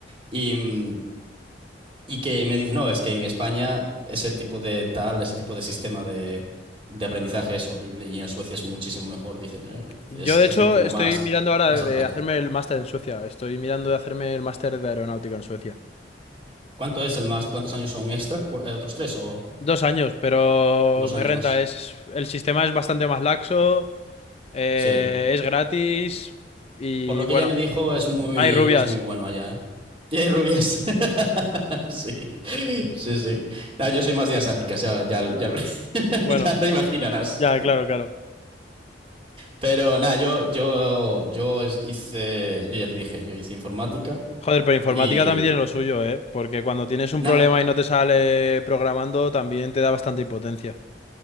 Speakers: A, on the right; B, on the left.
A: y, mm, y que me dice, no, es que en España ese tipo de tal, ese tipo de sistema de, de aprendizaje es horrible y en Suecia es muchísimo mejor, dice, "Eh,
B: Yo
A: es,
B: de
A: es
B: hecho
A: como
B: estoy
A: más,
B: mirando ahora
A: más
B: de
A: a la práctica.
B: hacerme el máster en Suecia, estoy mirando de hacerme el máster de aeronáutica en Suecia.
A: ¿Cuánto es el más? ¿Cuántos años son extra? ¿Cu- eh, ¿Otros tres o
B: Dos años, pero
A: dos
B: me
A: años
B: renta,
A: más?
B: es, el sistema es bastante más laxo. Eh,
A: Sí.
B: es gratis y
A: Por lo que
B: bueno,
A: ella me dijo, es muy,
B: hay rubias.
A: es muy bueno allá, ¿eh? <laughs> Y hay rubias. <laughs> Sí, sí, sí. Nada, yo soy más de asiáticas, ya, ya, ya, <laughs>
B: Bueno,
A: ya te imaginarás.
B: ya, claro, claro.
A: Pero nada, yo, yo, yo es- hice, yo ya te dije, yo hice informática
B: Joder, pero informática
A: y
B: también tiene lo suyo, ¿eh? Porque cuando tienes un
A: nada,
B: problema y no te sale programando, también te da bastante impotencia.